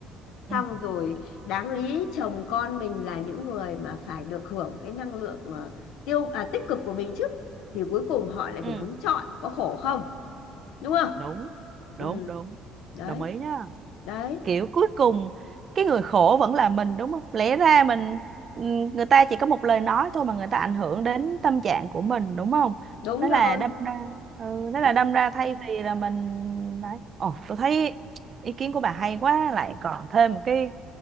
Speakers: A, on the right (about 40°); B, on the left (about 80°).
A: ừ
B: xong rồi đáng lý chồng con mình là những người mà phải được hưởng cái năng lượng ờ, tiêu à, tích cực của mình chứ thì cuối cùng họ lại
A: ừ
B: phải hứng chọn có khổ không đúng không
A: đúng
B: ừ
A: đúng đúng
B: đấy
A: đồng ý nhá
B: đấy
A: kiểu cuối cùng cái người khổ vẫn là mình đúng không lẽ ra mình ừm, người ta chỉ có một lời nói thôi mà người ta ảnh hưởng đến tâm trạng của mình đúng không
B: đúng
A: thế là
B: rồi
A: đâm ra ừ, thế là
B: ừ.
A: đâm ra thay vì là mình đấy ồ tôi thấy ý kiến của bà hay quá lại còn thêm một cái